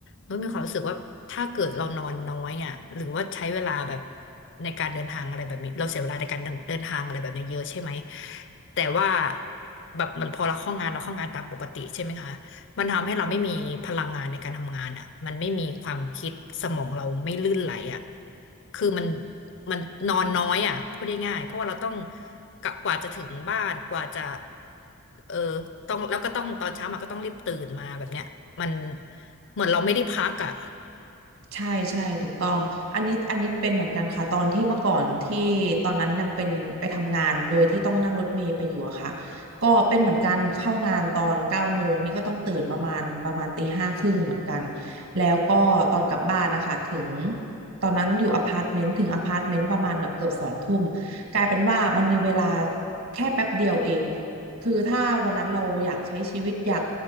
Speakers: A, on the left; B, on the right.
A: นุชมีความรู้สึกว่าถ้าเกิดเรานอนน้อยอ่ะหรือว่าใช้เวลาแบบในการเดินทางอะไรแบบนี้เราเสียเวลาในการเดินเดินทางอะไรแบบนี้เยอะใช่ไหมแต่ว่าแบบเหมือนพอเราเข้างานเราเข้างานตามปกติใช่ไหมคะ มันทำให้เราไม่มีพลังงานในการทำงานอ่ะมันไม่มีความคิดสมองเราไม่ลื่นไหลอ่ะคือมันมันนอนน้อยอ่ะพูดง่ายๆเพราะว่าเราต้องกะกว่าจะถึงบ้านกว่าจะเออต้องแล้วก็ต้องตอนเช้ามาก็ต้องรีบตื่นมาแบบเนี้ยมันเหมือนเราไม่ได้พักอ่ะ
B: ใช่ใช่ถูกต้องอันนี้อันนี้เป็นเหมือนกันค่ะตอนที่เมื่อก่อนที่ตอนนั้นยังเป็นไปทำงานโดยที่ต้องนั่งรถเมล์ไปอยู่อะค่ะก็เป็นเหมือนกันเข้างานตอนเก้าโมงนี่ก็ต้องตื่นประมาณประมาณตีห้าครึ่งเหมือนกันแล้วก็ตอนกลับบ้านนะคะถึงตอนนั้นอยู่อพาร์ตเมนต์ถึงอพาร์ตเมนต์ประมาณแบบเกือบสองทุ่มกลายเป็นว่ามันมีเวลาแค่แป๊บเดียวเอง คือถ้าวันนั้นเราอยากใช้ชีวิตอยาก